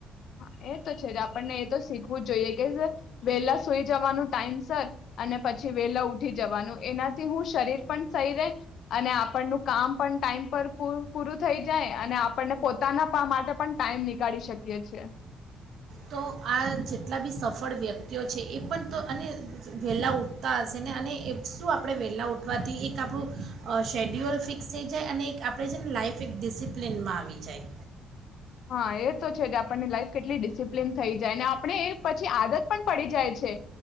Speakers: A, on the left; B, on the right.
A: હા એ તો છે જ, આપણને એ તો શીખવું જ જોઈએ કે વેલા સઈ જવાનું ટાઈમ સર, અને પછી વેલા ઉઠી જવાનું એનાથી હું શરીર પણ સઈ રે, અને આપણનું કામ પણ ટાઈમ પર પૂરું થઈ જાય અને આપણને પોતાના પા માટે પણ ટાઈમ નીકાળી શકીએ છીએ. છે.
B: તો આ જેટલા બી સફળ વ્યક્તિઓ છે એ પણ તો અને વહેલા ઊઠતા હશે ને અને શું આપણે વહેલા ઉઠવાથી એક આપણું, શૅડ્યુલ ફિક્સ થઈ જાય અને એક આપણે છે ને લાઈઇફ એક ડિસિપ્લિનમાં આવી જાય.
A: હા એ તો છે કે આપણને લાઈફ કેટલી ડિસિપ્લન થઈ જાય ને આપણે એ પછી આદત પણ પડી જાય છે,